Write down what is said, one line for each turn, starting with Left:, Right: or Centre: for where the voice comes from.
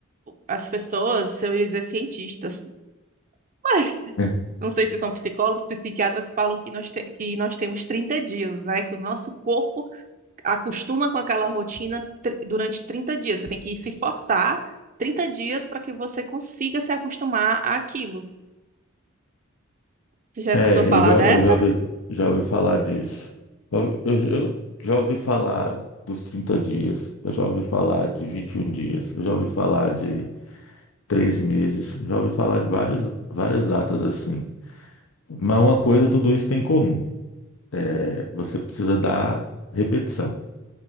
Right: as pessoas, eu ia dizer cientistas, <laughs> mas
Left: <laughs>
Right: não sei se são psicólogos, psiquiatras falam que nós, te- que nós temos 30 dias, né? Que o nosso corpo acostuma com aquela rotina tr- durante 30 dias. Você tem que se forçar 30 dias para que você consiga se acostumar àquilo. Você já escutou
Left: É,
Right: falar
Left: eu já,
Right: dessa?
Left: eu já ouvi, já ouvi falar disso. Eu, eu- eu já ouvi falar dos 30 dias, eu já ouvi falar de 21 dias, eu já ouvi falar de três meses, já ouvi falar de várias, várias datas assim. Mas uma coisa tudo isso tem em comum, é, você precisa dar repetição.